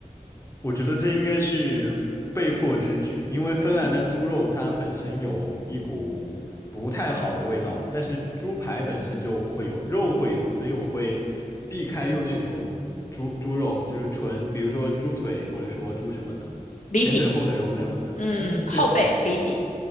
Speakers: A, on the left; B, on the left.
A: 我觉得这应该是被迫之举，因为芬兰的猪肉它本身有一股不太好的味道，
B: 嗯，
A: 但是猪排本身就不会有，肉会有，所以我会避开用那种猪猪肉，就是纯，比如说猪腿或者说猪什么呢，
B: 理解。
A: 前腿后腿肉那种的。
B: 嗯，
A: 嗯，
B: 后背理解。
A: 对